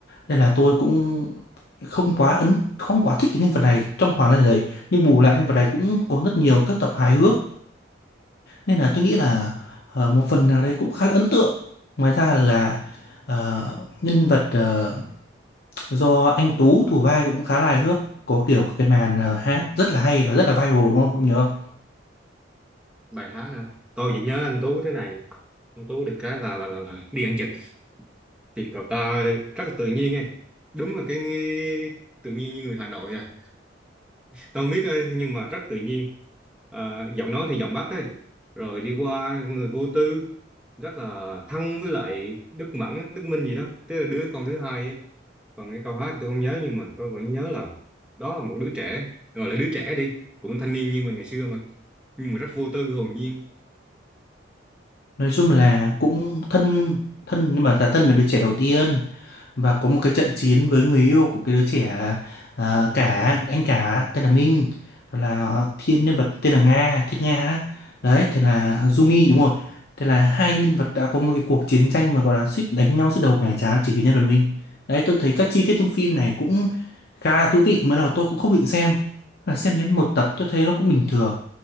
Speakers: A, on the left; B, in the centre.
A: Nên là tôi cũng không quá ấn không quá thích cái nhân vật này trong khoảng thời gian đấy nhưng bù lại nhân vật này cũng có rất nhiều các tập hài hước nên là tôi nghĩ là ờ, một phần nào đấy cũng khá là ấn tượng. Ngoài ra là ờ, nhân vật ờ, do anh Tú thủ vai cũng khá là hài hước, có kiểu cái màn ờ, hát rất là hay và rất là viral đúng không? Ông nhớ không?
B: bài hát à. tôi vẫn nhớ anh Tú thế này anh Tú được cái là là là, là đi ăn trực thì cậu ta rất là tự nhiên ấy. đúng là cái nghi- tự nhiên như người Hà Nội à Không biết ơi, nhưng mà rất tự nhiên. À, giọng nói thì giọng Bắc ấy. Rồi đi qua người vô tư, rất là thân với lại Đức Mẫn, Đức Minh gì đó. Tức là đứa con thứ hai ấy. Còn cái câu hát tôi không nhớ nhưng mà tôi vẫn nhớ là đó là một đứa trẻ. gọi là đứa trẻ đi, cũng thanh niên như mình ngày xưa mà. Nhưng mà rất vô tư, hồn nhiên.
A: Nói chung là cũng thân thân nhưng mà là thân với đứa trẻ đầu tiên. và có một cái trận chiến với người yêu của cái đứa trẻ à, cả anh cả tên là Minh rồi là thiên nhân vật tên là Nga Thiết Nga á. đấy thì là Jumi đúng rồi thế là hai nhân vật đã có một cái cuộc chiến tranh mà gọi là suýt đánh nhau suốt đầu mẻ trán chỉ vì nhân vật Minh đấy tôi thấy các chi tiết trong phim này cũng khá là thú vị mới đầu tôi cũng không định xem và xem đến một tập tôi thấy nó cũng bình thường